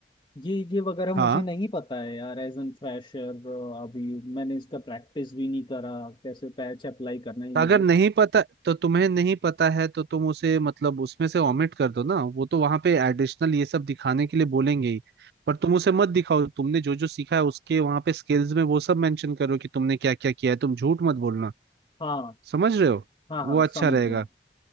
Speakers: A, on the left; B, on the right.
A: ये ये वगैरह मुझे
B: हाँ
A: नहीं पता है यार एज एन फ्रेशर अभी मैंने इसका प्रैक्टिस भी नहीं करा कैसे पैच अप्लाई करना है
B: तो अगर
A: ये वो
B: नहीं पता तो तुम्हें नहीं पता है तो तुम उसे मतलब उसमें से ओमिट कर दो ना वो तो वहां पे एडिशनल ये सब दिखाने के लिए बोलेंगे ही पर तुम उसे मत दिखाओ तुमने जो जो सीखा है उसके वहां पे स्किल्स में वो सब मेंशन करो कि तुमने क्या क्या किया है तुम झूठ मत बोलना
A: हाँ
B: समझ रहे हो
A: हाँ
B: वो
A: हाँ
B: अच्छा
A: समझ
B: रहेगा
A: गया